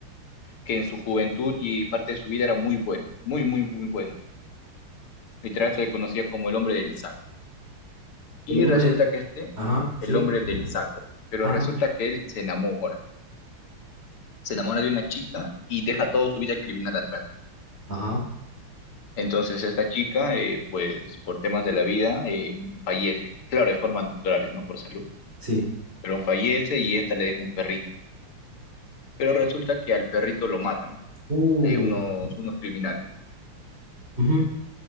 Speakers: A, on the left; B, on the right.
A: que en su juventud y parte de su vida era muy bueno, muy, muy, muy bueno. Literal se le conocía como el hombre del saco. Y
B: El
A: resulta
B: hombre.
A: que este,
B: Ajá, sí.
A: el hombre del saco, pero
B: Ajá,
A: resulta que él se enamora, se enamora de una chica y deja toda su vida criminal atrás.
B: ajá,
A: Entonces esta chica, eh, pues por temas de la vida, eh, fallece, claro, de forma natural, ¿no? Por salud,
B: sí.
A: pero fallece y esta le deja un perrito pero resulta que al perrito lo matan,
B: Uh,
A: eh, unos, unos criminales,
B: Ujú.